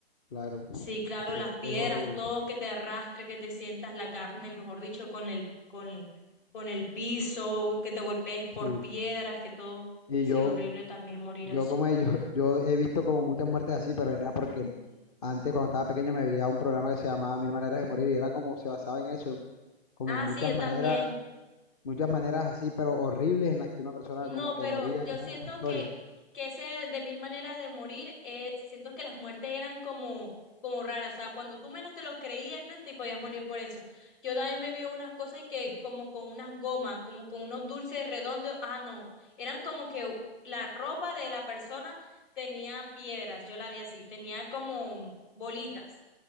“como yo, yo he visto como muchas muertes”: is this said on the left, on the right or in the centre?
Left